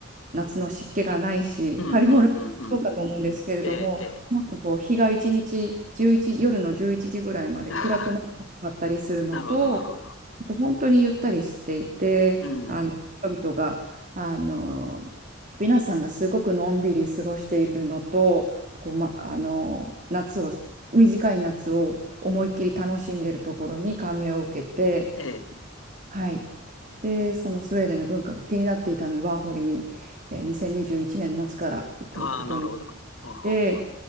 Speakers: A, on the right; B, on the left.
A: 夏の湿気がないし、
B: うんうんうんうん。
A: カリフォルニアもそうかと思うんですけれども、
B: ええ、ええ。
A: もっとこう日が一日、11、夜の11時ぐらいまで暗くなかったりするのと、
B: <laughs> なるほど、なるほど。
A: あと本当にゆったりしていて、
B: うん。
A: あの、人々が、あの、皆さんがすごくのんびり過ごしているのと、こう、ま、あの、夏を、短い夏を思いっきり楽しんでいるところに感銘を受けて、
B: ええ。
A: はい。で、そのスウェーデンの文化が気になっていたので、ワーホリに、えー2021年の夏から行くことにし
B: ああ、なるほど。ほうほう
A: て